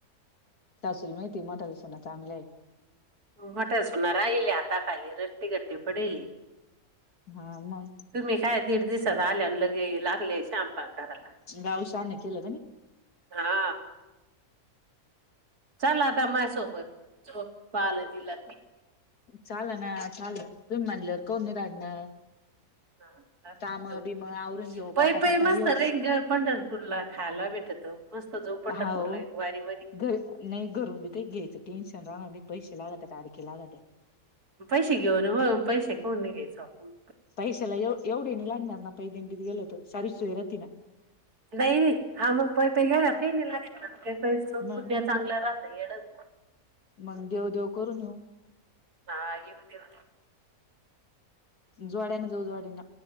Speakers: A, on the left; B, on the right.
A: सासूल माहिती मोठालसो ना चांगलंय.
B: मोठचन राहिली आाता खाली रट्टी घट्टी पडेली.
A: हा मग
B: तुम्ही काय दीड दिसात आल्यान लगे लागले करायला
A: गाव शान केल ग
B: हा. चल आता माझ्यासोबत <unintelligible> बालाजीला
A: चाल ना चालल तुम्ही म्हणलवर कोण नाही रागणार.
B: हा, चाल,
A: कामं
B: जाऊ.
A: बिमं आवरून घेऊ
B: पै
A: पटापटा
B: पै मस्त
A: येऊ.
B: रेंग पंढरपूरला खायला भेटत मस्त जाऊ पंढरपूरला
A: हा ओ,
B: वारी मध्ये
A: घ नाही घरून बी का घ्यायचं टेन्शन राहणार नाही. पैसे लागत आहे का अडखे लागत आहे.
B: पैसे घेऊन मग पैसे कोण नाही घ्यायचं आपून.
A: पैशाला ए-एवढे नि लागणार ना पायी दिंडीत गेल तर सारी सोय राहती ना.
B: नाही नाही हा मग प पे घे काही ला. ैच पु्हा
A: मग
B: चांगलं राहतं एडच.
A: मग देव देव करून येऊ.
B: हा येऊ देऊ.
A: जोड्याने जाऊ जोड्यान